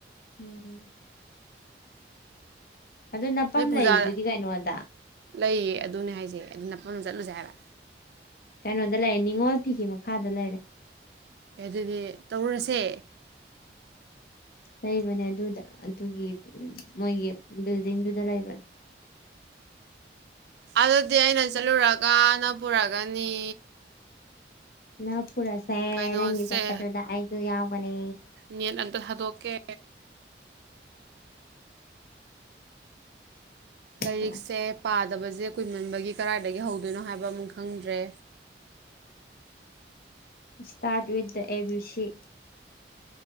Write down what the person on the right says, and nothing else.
ꯅꯣꯏ ꯄꯨꯖꯥ
ꯂꯩꯌꯦ ꯑꯗꯨꯅꯦ ꯍꯥꯏꯁꯦ ꯑꯗꯨꯅꯐꯝ ꯑꯃ ꯆꯠꯂꯨꯁꯦ ꯍꯥꯏꯕ
ꯑꯗꯨꯗꯤ ꯇꯧꯔꯨꯔꯁꯦ
ꯑꯗꯨꯗꯤ ꯑꯩꯅ ꯆꯠꯂꯨꯔꯒꯅ ꯄꯨꯔꯒꯅꯤ
ꯀꯩꯅꯣꯁꯦ
ꯅꯦꯠ ꯑꯟꯇ ꯊꯥꯗꯣꯛ ꯀꯦ ꯂꯥꯏꯔꯤꯛꯁꯦ
ꯄꯥꯗ ꯁꯥꯅꯕꯁꯦ ꯀꯨꯏꯃꯟꯕꯒꯤ ꯀꯔꯥꯏꯗꯒꯤ ꯍꯧꯗꯣꯏꯅꯣ ꯍꯥꯏꯕ ꯑꯃꯨꯛ ꯈꯦꯗ꯭ꯔꯦ